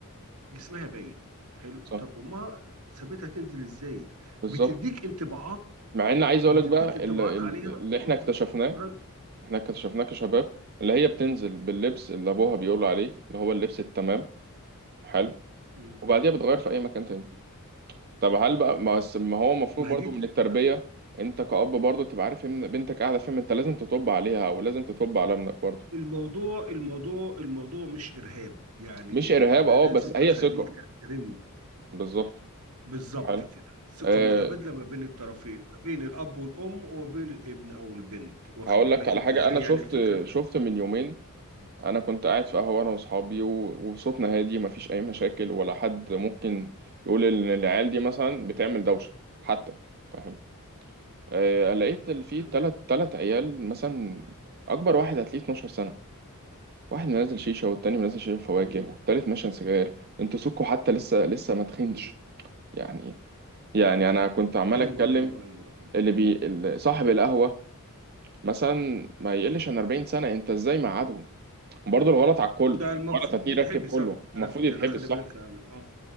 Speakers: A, on the right; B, on the right.
A: جسمها باين حلو
B: صح
A: طب امها سابتها تنزل ازاي
B: بالظبط
A: بتديك انطباعات
B: مع ان عايز اقولك
A: بتديك
B: بقى
A: انطباعات
B: ال- ال-
A: عليها
B: اللي احنا اكتشفناه
A: مجرد
B: احنا اكتشفناه كشباب اللي هي بتنزل باللبس اللي ابوها بيقول عليه اللي هو اللبس التمام حلو
A: مم.
B: وبعديها بتغير في اي مكان تاني طب هل بقى ما بس- ما هو المفروض
A: ما
B: برضو
A: دي
B: من التربية
A: ما-
B: انت كأب برضو تبقى عارف ان بنتك قاعدة فين انت لازم تطب عليها او لازم تطب على ابنك برضو
A: الموضوع الموضوع الموضوع مش ارهاب يعني
B: مش
A: ايه
B: ارهاب
A: انا
B: اه
A: لازم
B: بس هي
A: اخليك
B: ثقة
A: تحترمني
B: بالظبط
A: بالظبط
B: حلو
A: كده ثقة
B: أه
A: متبادلة ما بين الطرفين ما بين الأب والأم وما بين الابن أو البنت واخد
B: هقول
A: بالك
B: لك على
A: أنت
B: حاجة
A: إزاي
B: انا شفت
A: يعني الفكرة في...
B: شفت من يومين
A: مم.
B: انا كنت قاعد في قهوه انا واصحابي و- وصوتنا هادي مفيش اي مشاكل ولا حد ممكن
A: مم.
B: يقول ان العيال دي مثلا بتعمل دوشه حتى فاهم آه لقيت ال- في
A: تمام
B: تلات تلات عيال مثلا اكبر واحد هتلاقيه 12 سنه واحد منزل شيشه والتاني منزل شيشه فواكه
A: مم.
B: والتالت ماشي سجاير انتوا سكوا حتى لسه لسه
A: مم.
B: ما تخنش
A: مم.
B: يعني يعني انا كنت عمال
A: أيوه
B: اتكلم
A: أيوه أيوه أيوه
B: اللي
A: آه، آه،
B: بي ال- صاحب
A: آه.
B: القهوه
A: آه.
B: مثلا ما يقلش
A: مم.
B: عن 40 سنه انت ازاي مقعدهم وبرضه الغلط على الكل
A: ده
B: الغلط
A: المفروض
B: هتلاقيه
A: يتحبس
B: راكب كله المفروض
A: على فكرة
B: يتحبس
A: ده خلي
B: صح
A: بالك يعني اه